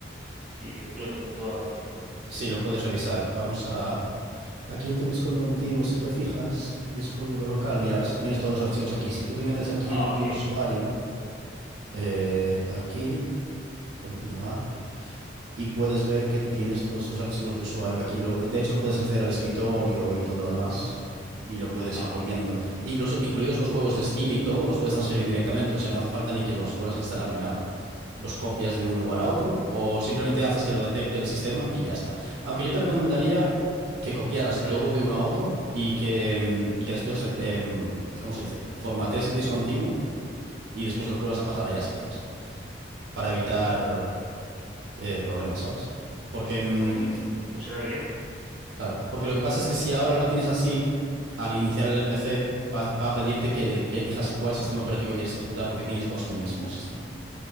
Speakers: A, in the centre; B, on the right.
A: Sí, creo que lo tengo todavía.
B: Sí, lo puedes revisar. Vamos a, aquí en tu disco duro antiguo, si te fijas, disco duro local, mira, ves, tienes todos los archivos aquí. Si tú te metes aquí
A: Ah,
B: en tu
A: ok.
B: usuario. eh, aquí, continuar, y puedes ver que tienes todos tus archivos de usuario aquí. Lo, de hecho, puedes acceder al escritorio y todo lo demás, y lo puedes
A: Ah,
B: ir copiando.
A: ok.
B: Incluso, incluidos los juegos de Steam y todo, los puedes transferir directamente, o sea, no hace falta ni que los vuelvas a instalar ni nada. Los copias de un lugar a otro, o simplemente haces que lo detecte el sistema y ya está. Aunque yo te recomendaría que copiaras
A: Que
B: todo
A: los,
B: de uno a otro y que, mm, y que después, re- em, ¿cómo se dice? Formatees el disco antiguo y después los vuelvas a pasar allá si quieres, para evitar eh, problema, ¿sabes? Porque, mm,
A: ok, sí, funciona bien.
B: claro, porque lo que pasa es que si ahora lo tienes así, al iniciar el PC, va, va a pedirte que, le- que elijas cuál sistema operativo quieres ejecutar porque tienes dos en el mismo sistema.